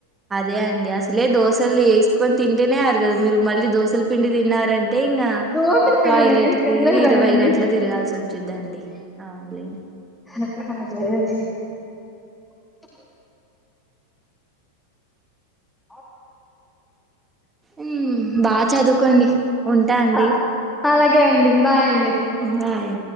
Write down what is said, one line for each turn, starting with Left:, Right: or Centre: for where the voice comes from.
Right: అదే అండి అసలే దోసలు వేసుకొని తింటేనేరు కదా మీరు మళ్ళీ దోసల పిండి తిన్నారండి అంటే ఇంకా
Centre: దోశల పిండి
Right: టాయిలెట్
Centre: నేనేం
Right: కి
Centre: తినలేదండి
Right: ఇరవై గంటల తిరగాల్సి వచ్చిందండి అవునులేండి
Centre: <unintelligible> చే ఆ <inaudible>
Right: ఉమ్ బా చదువుకోండి ఉంటా అండి
Centre: ఆ, అలాగే అండి బాయ్ అండి
Right: బాయ్